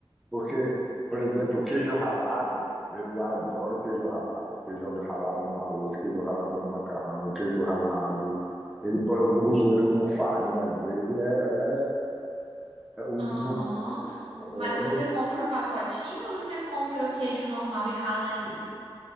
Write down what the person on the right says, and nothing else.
Aham.
Mas você
compra o pacotinho ou você compra o queijo normal e rala ele?